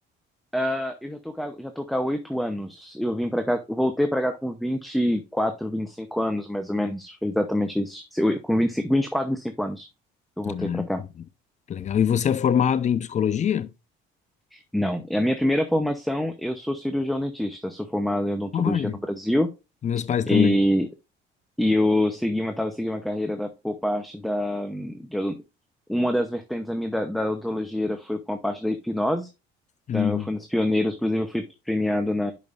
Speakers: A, in the centre; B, on the left (about 35°).
A: Ah, eu já tô cá, já tô cá há oito anos. Eu vim para cá, voltei para cá com vinte vinte e quatro vinte e cinco anos, mais ou menos. Foi exatamente isso. Se- com 25, 24 25 anos. Eu voltei
B: Ah,
A: para cá.
B: que legal. E você é formado em psicologia?
A: Não, é a minha primeira formação, eu sou cirurgião dentista. Sou formado em odontologia
B: Olha,
A: no Brasil.
B: meus pais também.
A: E E eu segui uma, tava seguindo uma carreira da, por parte da. de odo- uma das vertentes da minha da, da odontologia era- foi com a parte da hipnose. Então,
B: Uhum,
A: eu fui um dos pioneiros, inclusive, eu fui premiado na,